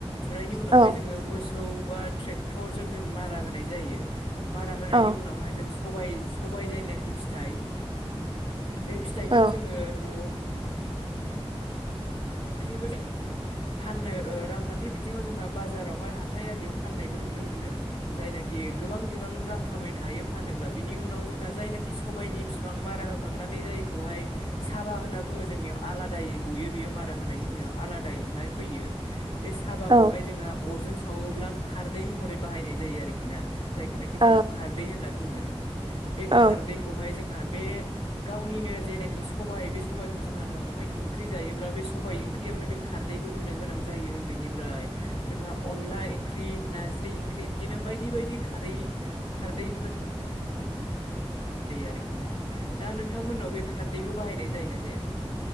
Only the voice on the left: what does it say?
फुनायनि उनावहाय
जोङो मोसौ बा ट्रेक्टरजों जों मारा होनाय जायो। मारा होनायनि
उनावहाय जों सबाइ सबाइ जायनाखि फिथाइ बे फिथाइखौ
जोङो न'आव ओंख्रिबो जयो फाननो रांखान्थि बिथिङाव जोंहा बाजारावहाय हाथाइ आरियाव फाननायबो नुनो मोनो जायनाखि गोबां बिबां रां खामायनो हायो। फानोब्ला बिनि उनाव जोंहा जायनाखि सबायनि बिफां मारा होखांनानै जायखौहाय साबा होनना बुङो जोंनियाव आलादायै गयो बेयो मा मारा होनायनि उनाव आलादायैहाय फैयो बे साबाखौहाय
जोङो अरजों सावोब्ला खारदै महरै बाहायनाय जायो आरोखि ना? जायखौनाखि
जोंनाव खारदै होनना बुङो बे
खारदैखौहाय जोंहा बे गावनिनो जेनाखि सबाय बे सबायखौ जोंहा न'आवहाय ओंख्रि जायोब्ला बे सबाइ ओंख्रियावनो बे खारदैखौ होनो गोनां जायो बेनिफ्राय जोंहा अनला ओंख्रि नारजि नारजि ओंख्रि बिदिनो बायदि बायदि खारै खारदै हो जायो आरोखि ना दा नोंथांमोननाव बे खारदैखौ बाहायनाय जायोना जाया?